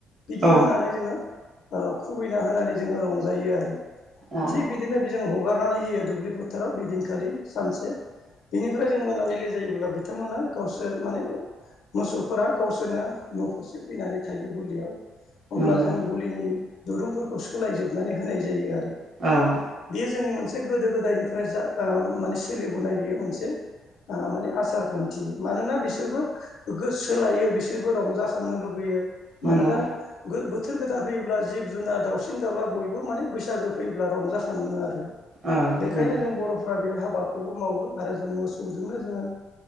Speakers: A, on the left; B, on the right.
A: बिदि
B: औ
A: होनानै जोङो खुबैना होनानै जोङो रंजायो आरो
B: औ
A: थिग बिदिनो बे जों हगारनानै होयो दुब्लि फोथाराव बेदिनखालि सानसे बेनिफ्राय जों मोनाबिलि जायोब्ला बिथांमोना गावसोर माने मोसौ फोर गावसोरनो न'फारसे फैनानै थायो गुलियाव अब्ला
B: नंगौ
A: जों गुलिनि दुरुंफोरखौ सोलायजोबनानै होनाय जायो आरो
B: औ
A: बेयो जोंनि मोनसे गोदो गोदायनिफ्राय जा माने सोलिबोनाय बेयो मोनसे माने आसार खान मानोना बिसोरबो गोससोलायो बिसोरबो रंजाखांनो लुुबैयो
B: नंगौ
A: मानोना बोथोर गोदान फैयोब्ला जिब जुुनार दाउसिन दाउला बयबो माने बैसागो फैयोब्ला रंजाखाङो आरो
B: औ
A: बेखायनो
B: नंगौ
A: जों बर'फ्रा बे हाबाखौबो मावो आरो जों मोसौजोंनो जोङो